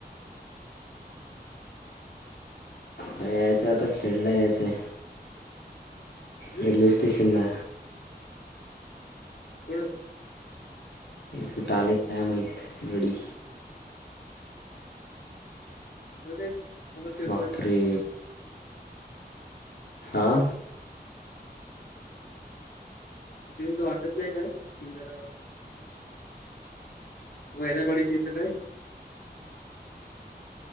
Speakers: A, on the left; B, on the left.
A: यायचं आता खेळलं यायचंय
B: हम्म
A: रेल्वे स्टेशनला
B: कोुणा
A: कुठे आले काय माहत गडी
B: <inaudible> फिरतोयस
A: बापरे आा
B: तिथे का वाटत नाही काय कि जरा वैरागडीची येतं काय